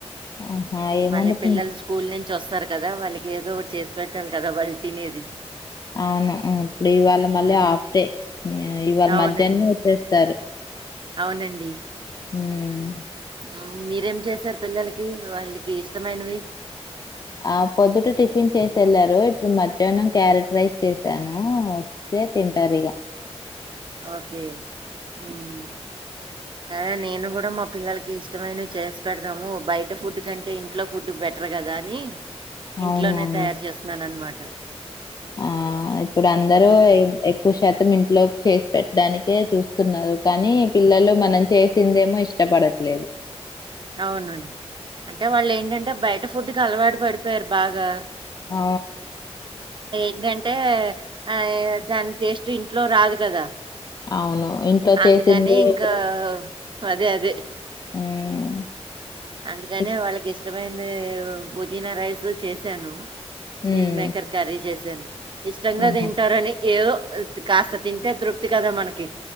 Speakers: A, on the left; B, on the right.
A: ఆహా ఏం
B: మళ్ళీ
A: వండుతున్నా
B: పిల్లలు స్కూల్ నుంచి వస్తారు కదా వాళ్ళకి ఏదో ఒకటి చేసి పెట్టాలి కదా వాళ్ళు తినేది
A: అవును ఇప్పుడు ఇవాళ మళ్ళీ
B: మ్మ్
A: హాఫ్ డే ఇవాళ
B: అవునండి
A: మధ్యాహ్నమే వచ్చేస్తారు
B: అవునండి
A: అవును
B: అవ్ మీరేం చేసారు పిల్లలకి వాళ్ళకి ఇష్టమైనవి
A: ఆ పొద్దుటే టిఫిన్ చేసి వెళ్లారు ఇప్పుడు మధ్యాహ్నం క్యారెట్ రైస్ చేసాను అదే తింటారు ఇగా
B: ఓకే మ్మ్ అదే నేను కూడా మా పిల్లలకి ఇష్టమైనవి చేసి పెడదాము బయట ఫుడ్ కంటే ఇంట్లో ఫుడ్ బెటర్ కదా అని ఇంట్లోనే
A: అవును అవును
B: తయారు చేస్తున్నాను అనమాట
A: ఆ ఇప్పుడు అందరు
B: మ్మ్
A: ఎక్కువ శాత తం ఇంట్లో చేసి పెట్టడానికే చూస్తున్నారు కానీ పిల్లలు మనం చేసిందేమో ఇష్టపడతారు లేదు
B: అవును అంటే వాళ్ళు ఏంటాంటే బయట ఫుడ్ కి అలవాటు పడిపోయారు బాగా
A: ఆ
B: ఏంటాంటే ఆ దాని టేస్ట్ ఇంట్లో రాదు కదా
A: అవును ఇంట్లో
B: అందుకని
A: చేసింది
B: ఇంకా
A: ఇప్పుడు,
B: అదే అదే
A: ఉమ్
B: అందుకనే
A: ఎక్-
B: వాళ్ళకి ఇష్టమైంది పుదీనా రైస్ చేసాను
A: ఉమ్
B: మిల్ మేకర్ క్యర్రీ చేసాను ఇష్టంగా
A: ఆహా
B: తింటారని ఏదో కాస్త తింటే తృప్తి కదా మనకి